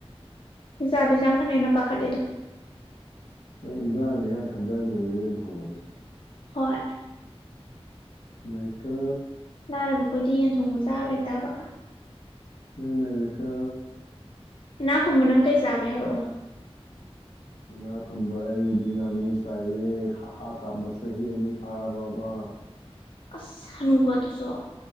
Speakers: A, on the left (about 55°); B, on the left (about 85°).
A: ꯍꯤꯡꯖꯥꯕꯤꯖꯪ ꯅꯤꯅ ꯄꯥꯈꯠ ꯂꯤꯗꯣ
B: ꯍꯤꯟꯗꯡ ꯅꯦ ꯀꯥꯏ ꯈꯟꯗꯟꯅꯔꯨꯔꯦ ꯌꯦꯟ ꯊꯣꯡꯕꯗꯣ
A: ꯍꯣꯏ
B: ꯅꯩꯀꯣ
A: ꯂꯥꯏꯔꯕ ꯈꯣꯏꯗꯤ ꯌꯦꯟ ꯊꯣꯡꯕ ꯆꯥ ꯂꯩꯇꯕ
B: ꯅꯪ ꯅꯩꯔꯦꯀꯣ
A: ꯏꯟꯅꯥ ꯈꯨꯨꯟꯕ ꯅꯪ ꯀꯩ ꯆꯥꯒꯦ ꯍꯥꯏꯔꯛꯑꯣ
B: ꯏꯟꯅꯥ ꯈꯨꯨꯟꯕ ꯑꯩꯗꯤ ꯉꯥꯅꯨ ꯆꯥꯏꯌꯦ ꯍꯥꯥ ꯍꯥ ꯀꯥꯝꯕ ꯆꯍꯤ ꯑꯅꯤ ꯐꯥꯔꯕ ꯑꯃ
A: ꯑꯁ ꯍꯅꯨꯕ ꯑꯗꯨꯁꯨ